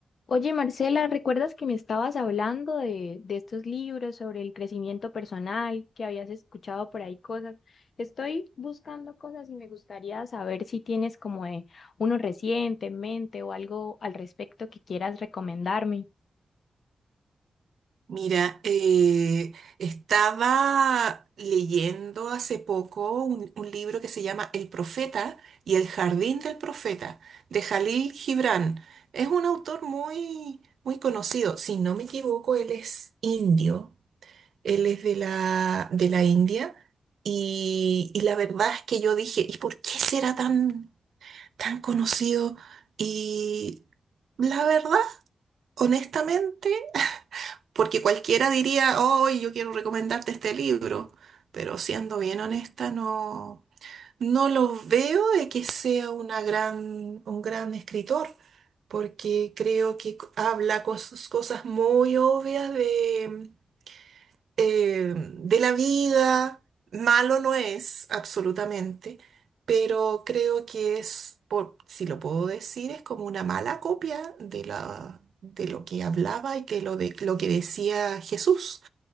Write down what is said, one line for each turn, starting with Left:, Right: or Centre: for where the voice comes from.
Left: Oye, Marcela, ¿recuerdas que me estabas hablando de, de estos libros sobre el crecimiento personal, que habías escuchado por ahí cosas? Estoy buscando cosas y me gustaría saber si tienes como eh, uno reciente en mente o algo al respecto que quieras recomendarme.
Right: Mira, eh, estaba leyendo hace poco un, un libro que se llama El Profeta y el Jardín del Profeta, de Jalil Gibran. Es un autor muy, muy conocido. Si no me equivoco, él es indio. Él es de la, de la India. Y, y la verdad es que yo dije, ¿y por qué será tan, tan conocido? Y la verdad, honestamente. Porque cualquiera diría, oh, yo quiero recomendarte este libro, pero siendo bien honesta, no, no lo veo de que sea una gran, un gran escritor, porque creo que c- habla cos- cosas muy obvias de, eh, de la vida. Malo no es, absolutamente, pero creo que es, por, si lo puedo decir, es como una mala copia de la, de lo que hablaba y que lo, de, lo que decía Jesús.